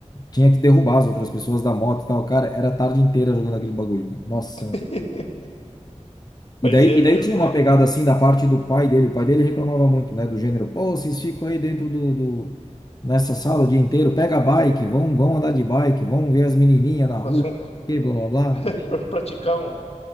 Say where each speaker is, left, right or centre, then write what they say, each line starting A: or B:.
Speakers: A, on the left (about 30°); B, on the left (about 55°).
A: tinha que derrubar as outras pessoas da moto e tal. Cara, era a tarde inteira jogando aquele bagulho, cara. Nossa.
B: <laughs>
A: E
B: Mas
A: daí,
B: é
A: e
B: mesmo,
A: daí tinha uma
B: né?
A: pegada assim da parte do pai dele. O pai dele reclamava muito, né, do gênero, pô, vocês ficam aí dentro do, do- nessa sala o dia inteiro, pega a bike, vão, vão andar de bike, vão ver as menininhas na rua,
B: Fazer um-
A: que blá blá blá.
B: <laughs> praticar um.